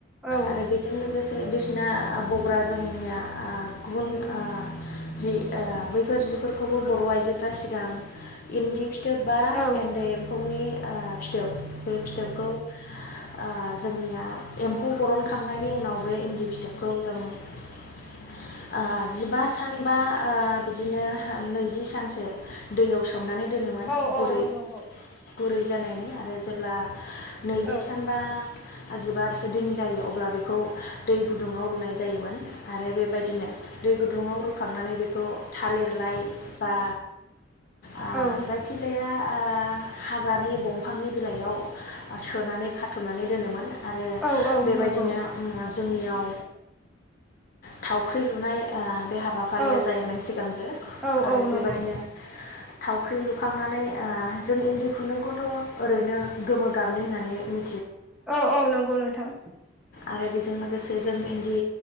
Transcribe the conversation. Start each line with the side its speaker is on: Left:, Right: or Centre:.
Centre: औ
Left: आरो बेजों लोगोसे बिसिना बग्रा जोंनिया ओ गुबुन ओ जि बैफोर जिफोरखौबो बर आइजोफ्रा सिगां इन्दि फि थोब बा
Centre: औ
Left: एन्दै एम्फौनि ओ फिथोब बे फिथोबखौ ओ जोंनिया एम्फौ बरनखांनायनि उनाव बे इन्दि फिथाबखौ जों ओ जिबा सान बा ओ बिदिनो नैजि सानसो दैयाव सो सोमनानै दोनोमोन
Centre: औ औ
Left: गुरै
Centre: नंगौ
Left: गुरै जानायनि आरो जेब्ला नैजि
Centre: औ
Left: सानबा आजिबारसो दिन जायो अब्ला बेखौ दै गुदुङाव रुनाय जायोमोन आरो बेबायदिनो दै गुदुङाव रुखांनानै बेखौ थालिरलाय बा ओ
Centre: औ
Left: जायखिजाया आ हाग्रानि दंफांनि बिलाइयाव सोनानै खाथबनानै दोनोमोन आरो
Centre: औ औ
Left: बेबायदिनो
Centre: नंगौ
Left: मो जोंनियाव थावख्रि लुनाय आ बे हाबाफारिया
Centre: औ
Left: जायोमोन सिगांग्रो
Centre: औ
Left: आरो
Centre: औ
Left: बेबायदिनो
Centre: नंगौ
Left: थावख्रि लुखांनानै ओ जों इन्दि खुन्दुंखौथ ओरैनो गोमो गाबनि होननानै मि
Centre: औ औ नंगौ नोंथां।
Left: आरो बेजों लोगोसे जों इन्दि